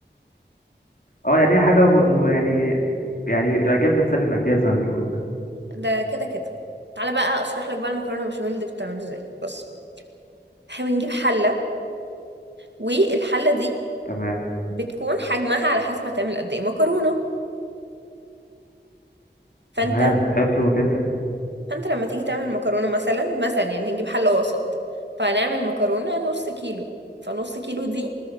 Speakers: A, on the left (about 50°); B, on the right (about 70°).
A: اه يعني هي حاجة م... م... يعني يعني الأجيال بتسلم أجيال زي ما بيقولوا كده
B: ده كده كده تعالى بقى اشرح لك بقى المكرونه بشاميل دي بتتعمل ازاي بص احنا بنجيب حله والحله دي
A: تمام
B: بتكون حجمها على حسب هتعمل قد ايه مكرونه فانت
A: تمام حلو كده
B: فانت لما تيجي تعمل مكرونه مثلا مثلا يعني هنجيب حله وسط فهنعمل مكرونه نص كيلو فنص كيلو دي